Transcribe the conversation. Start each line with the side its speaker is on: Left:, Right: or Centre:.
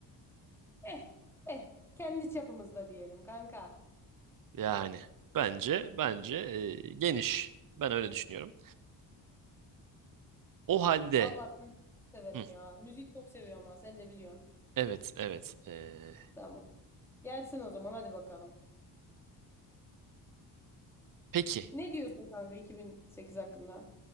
Centre: Eh eh kendi çapımızda diyelim kanka.
Right: Yani bence bence e, geniş. Ben öyle düşünüyorum. O halde
Centre: Vallahi ben çok severim
Right: hı,
Centre: ya. Müzik çok seviyorum ha sen de biliyorsun.
Right: evet evet. e,
Centre: Tamam. Gelsin o zaman hadi bakalım.
Right: peki
Centre: Ne diyorsun kanka 2008 hakkında?